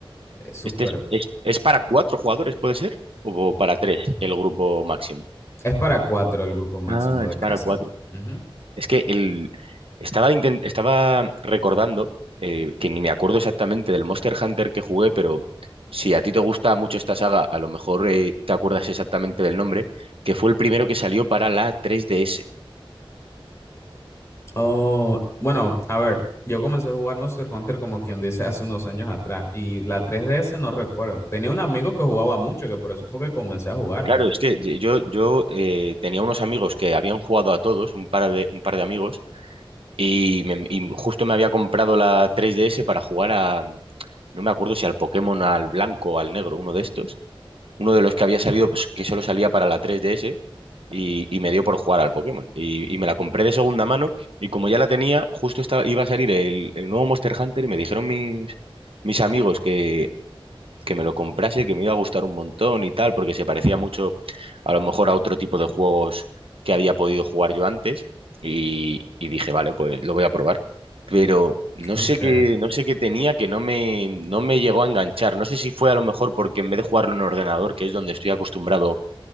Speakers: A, on the left; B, on the right.
A: Es súper.
B: ¿Este es, es, es para cuatro jugadores, puede ser? ¿O para tres, el grupo máximo?
A: Es para cuatro el grupo máximo
B: Ah,
A: de
B: es
A: casa.
B: para cuatro.
A: Ujú.
B: Es que el, estaba, inten- estaba recordando, eh, que ni me acuerdo exactamente del Monster Hunter que jugué, pero si a ti te gusta mucho esta saga, a lo mejor eh, te acuerdas exactamente del nombre, que fue el primero que salió para la 3DS.
A: Oh, bueno, a ver, yo comencé a jugar Monster Hunter como quien dice hace unos años atrás, y la 3DS no recuerdo. Tenía un amigo que jugaba mucho, que por eso fue que comencé a jugarlo.
B: Claro, es que ye- yo, yo eh, tenía unos amigos que habían jugado a todos, un par de, un par de amigos, y, me- y justo me había comprado la 3DS para jugar a, no me acuerdo si al Pokémon, al blanco o al negro, uno de estos, uno de los que había salido, pues, que solo salía para la 3DS, y, y me dio por jugar al Pokémon. Y, y me la compré de segunda mano y como ya la tenía, justo estaba, iba a salir el, el nuevo Monster Hunter y me dijeron mis, mis amigos que, que me lo comprase, que me iba a gustar un montón y tal, porque se parecía mucho a lo mejor a otro tipo de juegos que había podido jugar yo antes. Y, y dije, vale, pues lo voy a probar. Pero no
A: Ok.
B: sé qué, no sé qué tenía que no me, no me llegó a enganchar. No sé si fue a lo mejor porque en vez de jugarlo en ordenador, que es donde estoy acostumbrado